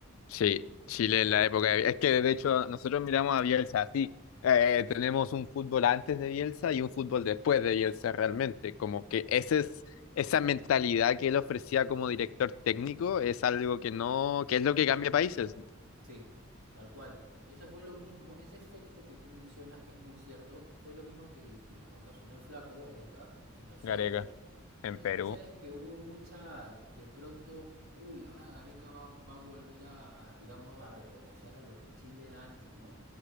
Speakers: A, on the left (about 75°); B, on the right (about 85°).
A: Sí, Chile en la época de... Es que de hecho nosotros miramos a Bielsa así. Eh, tenemos un fútbol antes de Bielsa y un fútbol después de Bielsa realmente. Como que ese es, esa mentalidad que él ofrecía como director técnico es algo que no, que es lo que cambia países.
B: Sí, tal cual. Y eso fue lo mismo, ese efecto que tú mencionas, que es muy cierto, fue lo mismo que, que ocasionó el flaco, Areca, en nosotros.
A: Gareca,
B: Entonces
A: en Perú.
B: tú sabes que hubo mucha, de pronto, uy, ahora Areca va, va a volver a, a, digamos, a repotenciar a lo que Chile era antes, ¿no?